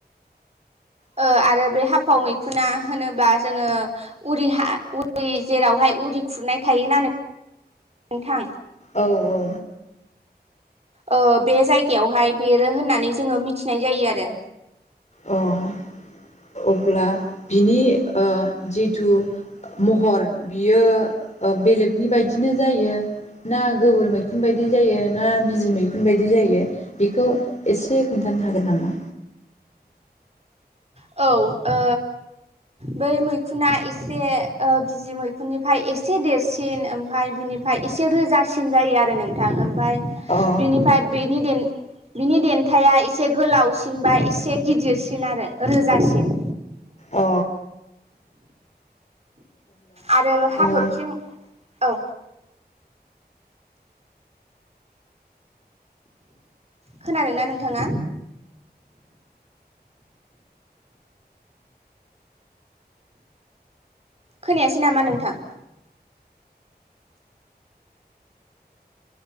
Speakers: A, on the right (about 40°); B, on the left (about 40°).
A: ओ आरो बे हाफाव मैखुना होनोब्ला जोङो उरि हा उरि जेरावहाय खुरनाय थायो नालाय नोंथां।
B: औ औ।
A: ओ बे जायगायावहाय बेरो होननानै जोङो मिथिनाय जायो आरो।
B: अ' अब्ला बिनि ओ जिथु महर बियो ओ बेलेगनि बायदिनो जायो ना गोबोर मैखुन बायदि जायो ना बिजि मैखुन बायदि जायो बेखौ एसे खोन्थानो हागोन नामा?
A: औ ओ बै मैखुना एसे ओ बिजि मैखुननिफ्राय एसे देरसिन ओमफाय बिनिफ्राय एसे रोजासिन जायो आरो नोंथां। ओम फाय
B: अ
A: बिनिफ्राय बेनि देन बिनि देन्थाया एसे गोलावसिन बा एसे गिदिरसिन आरो। रोजासिन।
B: अ।
A: आरो हाथरखि
B: ओ
A: औ। खोनादोंना नोंथाङा? खोनायासै नामा नोंथां?